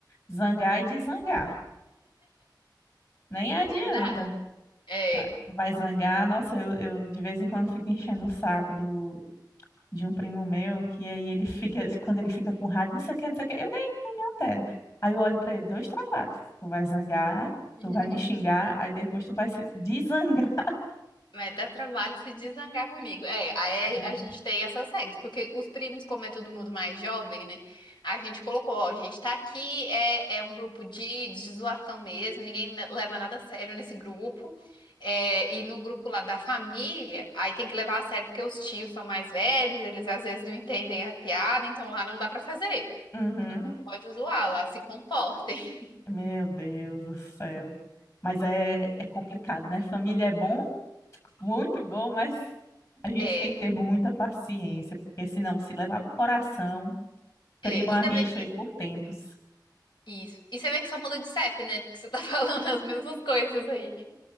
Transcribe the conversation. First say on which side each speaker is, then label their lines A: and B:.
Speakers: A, on the left; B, on the left.
A: zangar e desangar. Nem adianta.
B: Piedade. É.
A: Vai vai zangar, nossa, eu, eu de vez em quando fico enchendo o saco do, de um primo meu, que aí ele fica, <laughs> quando ele fica com raiva, não sei o que, não sei o que, eu nem, nem me altero. Aí eu olho pra ele, dois trabalhos. Tu vai zangar,
B: <laughs>
A: tu vai me xingar, aí depois tu vai se desangar. <laughs>
B: Vai dar trabalho se desangar comigo. É, aí
A: É.
B: a gente tem essas regras, porque os primos, como é todo mundo mais jovem, né? A gente colocou, ó, gente, tá aqui, é, é um grupo de, de zoação mesmo, ninguém ne- leva nada a sério nesse grupo. É, e no grupo lá da família, aí tem que levar a sério, porque os tios são mais velhos, eles às vezes não entendem a piada, então lá não dá pra fazer.
A: Uhum.
B: Pode zoar, lá se comportem. <laughs>
A: Meu Deus do céu. Mas é, é complicado, né? Família é bom, muito bom, mas a gente
B: É,
A: tem que ter muita paciência, porque senão se levar pro coração,
B: é,
A: cria uma
B: e você
A: rixa
B: vê que.
A: aí por tempos.
B: Isso. E você vê que só muda de CEP, né? Porque você tá <laughs> falando as mesmas coisas aí.